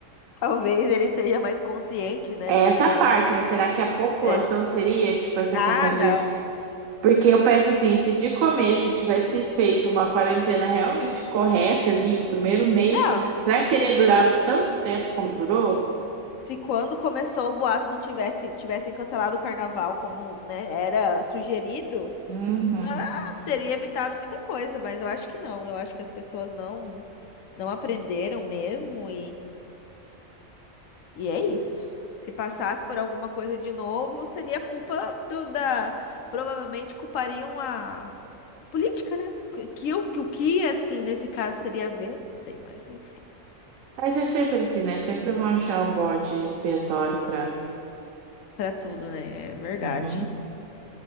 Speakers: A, on the left; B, on the right.
A: talvez ele seja mais consciente, né?
B: É
A: Porque
B: essa parte, mas será que a população
A: é.
B: seria, tipo, essa
A: Ah,
B: questão
A: não.
B: de Porque eu penso assim, se de começo tivesse feito uma quarentena realmente correta ali, o primeiro mês,
A: Não.
B: será que teria durado tanto tempo como durou?
A: Se quando começou o boato não tivesse tivessem cancelado o carnaval como, né, era sugerido,
B: Uhum.
A: não, teria evitado muita coisa, mas eu acho que não. Eu acho que as pessoas não não aprenderam mesmo E é isso. Se passasse por alguma coisa de novo, seria culpa do da. Provavelmente culpariam a política, né? Que, que, o- que o que, assim, nesse caso teria a ver? Não sei, mas enfim,
B: Mas é sempre assim, né? Sempre vão achar um bode expiatório pra.
A: pra tudo, né? É verdade.
B: Uhum.